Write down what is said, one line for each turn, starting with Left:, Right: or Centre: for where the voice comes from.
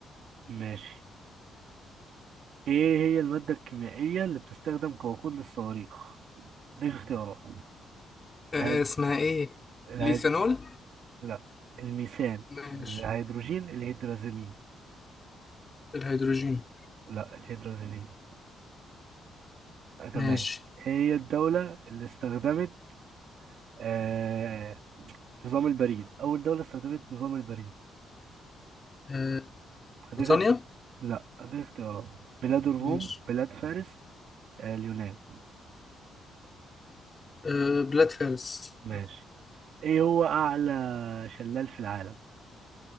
Right: ماشي ايه هي المادة الكيميائية اللي بتستخدم كوقود للصواريخ دي اختيارات
Left: آه
Right: هيد...
Left: آه، اسمها إيه
Right: الهيد...
Left: الإيثانول
Right: لا الميثان
Left: ماشي
Right: الهيدروجين الهيدرازيلين
Left: الهيدروجين
Right: لا الهيدرازيلين آه تمام
Left: ماشي
Right: إيه هي الدولة اللي استخدمت آه... نظام البريد أول دولة استخدمت نظام البريد
Left: آه
Right: هديك
Left: بريطانيا
Right: لا هديك اختيارات بلاد الروم
Left: ماشي
Right: بلاد فارس آه اليونان
Left: آه بلاد فارس
Right: ماشي ايه هو أعلى شلال في العالم